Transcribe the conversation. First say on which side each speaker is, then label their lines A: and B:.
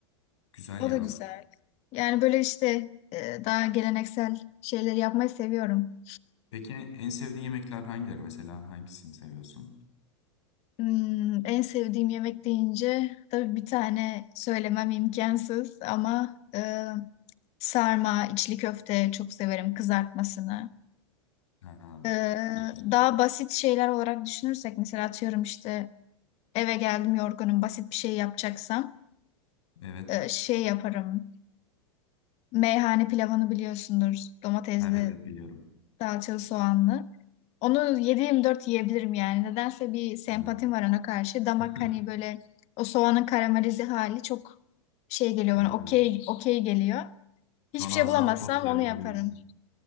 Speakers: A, on the left; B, on the left.
A: Güzel
B: O
A: ya.
B: da güzel. Yani böyle işte e, daha geleneksel şeyleri yapmayı seviyorum.
A: Peki en sevdiğin yemekler hangileri mesela? Hangisini seviyorsun?
B: Hmm, en sevdiğim yemek deyince tabii bir tane söylemem imkansız ama e, sarma, içli köfte çok severim kızartmasını.
A: Ha,
B: E,
A: çok güzel.
B: daha basit şeyler olarak düşünürsek mesela atıyorum işte Eve geldim yorgunum. Basit bir şey yapacaksam
A: Evet.
B: e, şey yaparım. Meyhane pilavını biliyorsundur. Domatesli,
A: Ha, Evet evet biliyorum.
B: salçalı, soğanlı. Onu 7-24 yiyebilirim yani. Nedense bir sempatim
A: Ha.
B: var ona
A: <laughs>
B: karşı. Damak hani böyle o soğanın karamelize hali çok şey geliyor
A: Evet
B: bana. Okey,
A: evet.
B: okey geliyor. Hiçbir
A: Şu an ağzıma
B: şey bulamazsam
A: o tat geldi
B: onu yaparım.
A: biliyor musun?